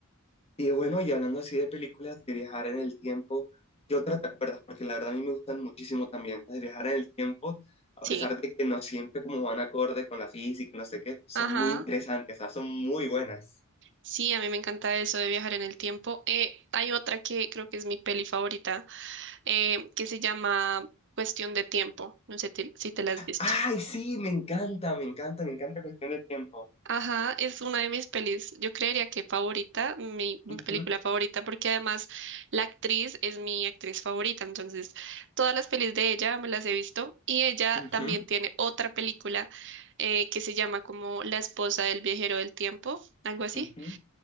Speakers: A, on the left; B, on the right.
A: Y bueno, y hablando así de películas, de viajar en el tiempo, ¿qué otra te acuerdas? Porque la verdad a mí me gustan muchísimo también las de viajar en el tiempo, a
B: sí.
A: pesar de que no siempre como van acorde con la física, no sé qué, son
B: Ajá.
A: muy interesantes, o sea, son muy buenas.
B: Sí, a mí me encanta eso de viajar en el tiempo. Eh, hay otra que creo que es mi peli favorita, eh, que se llama Cuestión de Tiempo. No sé ti- si te la has visto.
A: ¡Ay, sí! Me encanta, me encanta, me encanta Cuestión de Tiempo.
B: Ajá, es una de mis pelis, yo creería que favorita, mi, mi
A: Ujú,
B: película favorita, porque además la actriz es mi actriz favorita, entonces todas las pelis de ella me las he visto y ella
A: ujú,
B: también tiene otra película eh, que se llama como La esposa del viajero del tiempo, algo así.
A: ujú.